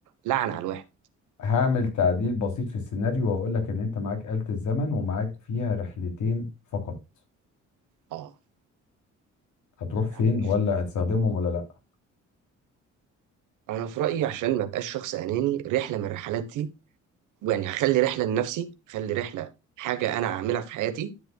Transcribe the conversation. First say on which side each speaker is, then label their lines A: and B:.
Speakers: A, on the right; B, on the left.
A: لعنه على الواحد
B: هعمل تعديل بسيط في السيناريو واقول لك ان انت معاك آلة الزمن ومعاك فيها رحلتين فقط
A: اه
B: هتروح فين
A: هعمل فيها
B: ولا هتستخدمهم ولا لا
A: انا في رايي عشان ما ابقاش شخص اناني رحله من الرحلات دي يعني هخلي رحلة لنفسي هخلي رحلة حاجة أنا أعملها في حياتي